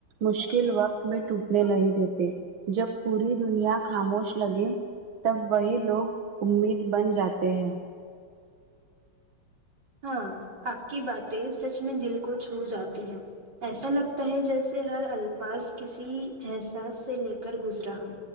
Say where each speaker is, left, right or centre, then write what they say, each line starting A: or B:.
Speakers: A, on the right; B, on the right.
A: مشکل ل وقت میں ٹوٹنے نہیں دیتے جب پوری دنیا خاموش لگے تب وہی لوگ امید بن جاتے ہیں
B: ہاں آپ کی باتیں سچ میں دل کو چھو جاتی ہے ایسا لگتا ہے جیسے ہر الفاظ کسی احساس سے لے کر گزرا ہو